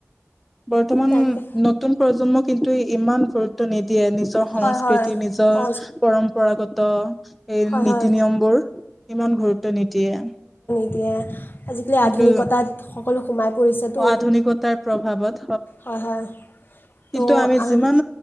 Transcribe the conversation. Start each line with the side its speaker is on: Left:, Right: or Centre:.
Centre: বৰ্তমান
Left: তাকে
Centre: নতুন প্ৰজন্ম কিন্তু ত ইমান গুৰুত্ব নিদিয়ে নিজৰ সংস্কৃতি
Left: হয় হয়
Centre: নিজৰ
Left: অঁ
Centre: পৰম্পৰাগত এই
Left: হয়
Centre: নীতি
Left: হয়
Centre: নিয়মবোৰ ইমান গুৰুত্ব নিদিয়ে
Left: এতি <unintelligible> আজিকালি
Centre: কিন্তু
Left: আধুনিকতাত সকলো সোমাই পৰিছেতো
Centre: আধুনিকতাৰ প্ৰভাৱত
Left: হয় হয়
Centre: কিন্তু
Left: তো
Centre: আমি
Left: আম-
Centre: যিমান